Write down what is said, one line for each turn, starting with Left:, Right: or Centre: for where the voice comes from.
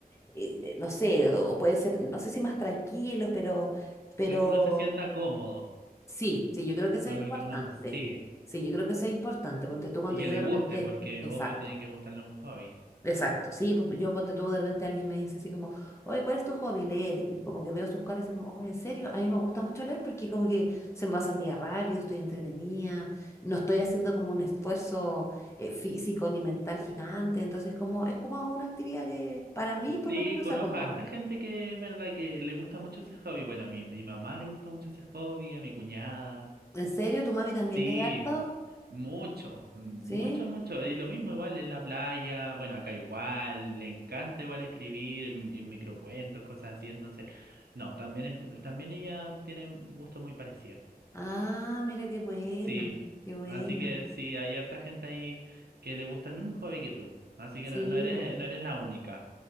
Left: eh, eh, no sé, o puede ser, no sé si más tranquilos, pero, pero
Right: Pero que uno se sienta cómodo
Left: sí, sí, yo creo que eso
Right: con
Left: es importante.
Right: lo que uno, sí,
Left: Sí, yo creo que eso es importante. Ponte tú cuando
Right: y que
Left: yo
Right: le
Left: de
Right: guste,
Left: repente,
Right: porque
Left: exacto,
Right: obvio tiene que gustarle un hobby.
Left: exacto, sí, pues, yo ponte tú de repente alguien me dice así como, oye, ¿cuál es tu hobby? Leer. Y como que veo sus caras así como, oye, ¿en serio? A mí me gusta mucho leer porque como que se me pasa el día rápido, estoy entretenida, no estoy haciendo como un esfuerzo eh, físico ni mental gigante, entonces como, es como una actividad que para mí por
Right: Sí,
Left: lo menos
Right: conozco
Left: se acomoda.
Right: a harta gente que es verdad que le gusta mucho ese hobby. Bueno, a mi, mi mamá le gusta mucho ese hobby, a mi cuñada.
Left: ¿En serio? ¿Tu mami también
Right: Sí,
Left: lee harto?
Right: mucho, mucho,
Left: ¿Sí?
Right: mucho. Y lo mismo igual en la playa, bueno, acá igual, le encanta igual escribir mm, y microcuentos, cosas así. Entonces, no, también es, también ella tiene un gusto muy parecido.
Left: Ah, mira qué buena,
Right: Sí,
Left: qué buena.
Right: así que sí, hay harta gente ahí que le gusta el mismo hobby que tú, así que
Left: Sí,
Right: no, no eres,
Left: pues.
Right: no eres la única.